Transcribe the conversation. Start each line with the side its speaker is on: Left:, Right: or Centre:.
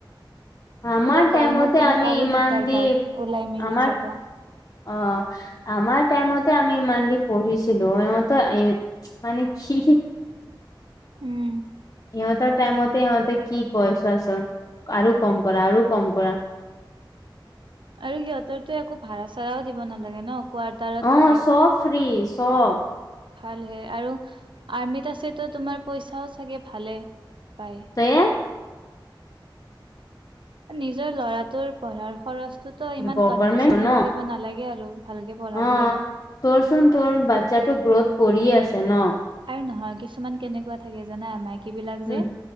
Left: আমাৰ
Right: এতিয়া গৰমৰ
Left: টাইমতে
Right: দিনত
Left: আমি
Right: আৰু
Left: ইমান
Right: দিগদাৰ পাওঁ,
Left: দি
Right: ওলাই মেলি
Left: আমাৰ
Right: যাব।
Left: অঁ, আমাৰ টাইমতে আমি ইমানডি পঢ়িছিলো ইহতে এ মানে কি
Right: উম।
Left: সিহঁতৰ টাইমতে ইহঁতে কি কৈ চোৱাচোন আৰু কম কৰা আৰু কম কৰা।
Right: আৰু সিহঁতৰতো একো ভাড়া চাড়াও দিব নালাগে ন। কোৱাৰ্টাৰত
Left: অঁ,
Right: থাকে।
Left: চব ফ্ৰী চব।
Right: ভালহে, আৰু আৰ্মিত আছে তো তোমাৰ পইচাও চাগে ভালে পায়।
Left: তে
Right: নিজৰ ল'ৰাটোৰ পঢ়াৰ খৰচ ত' তো ইমান
Left: গভমেন্ট
Right: কনজুচামি
Left: ন
Right: কৰিব নালাগে আৰু, ভালকৈ পঢ়াব
Left: অ
Right: লাগে।
Left: তোৰচোন তোৰ বাচ্ছাটো গ্ৰোথ কৰিয়ে আছে ন।
Right: আৰু নহয় কিছুমান কেনেকুৱা থাকে জানা, মাইকী বিলাক
Left: উম
Right: যে